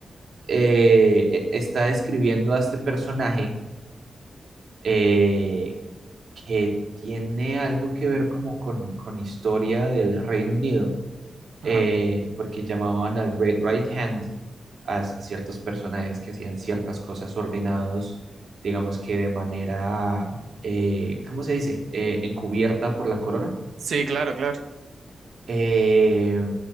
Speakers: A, on the right; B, on the right.
A: eh, e- está describiendo a este personaje eh, que tiene algo que ver como con, con historia del Reino Unido, eh,
B: Ajá.
A: porque llamaban al Red Right Hand a, c- ciertos personajes que hacían ciertas cosas ordenados, digamos que de manera, eh, ¿cómo se dice?, Eh, encubierta por la corona.
B: Sí, claro, claro.
A: Eh,